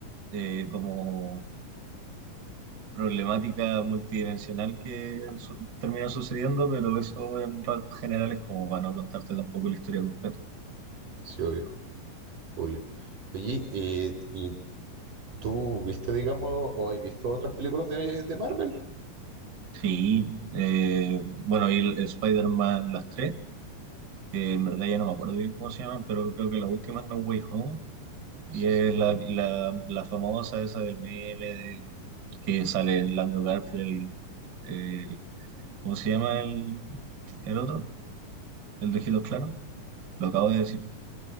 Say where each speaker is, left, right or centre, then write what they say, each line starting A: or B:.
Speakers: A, on the right; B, on the right.
A: eh, como problemática multidimensional que su- termina sucediendo, pero eso en rasgos generales como para no contarte tampoco la historia completa.
B: sí, obvio, obvio. Oye, eh, ¿y ¿Tú viste, digamos, o has visto otras películas de, de Marvel?
A: Sí, eh, bueno, y el- Spider-Man las tres. que en verdad ya no me acuerdo bien cómo se llama, pero creo que la última es No Way Home y
B: S-
A: es
B: Sí,
A: la, la, la famosa esa del meme de- que sale Lando Garfield, eh, ¿cómo se llama el, el otro? El de Ojito Claro, lo acabo de decir.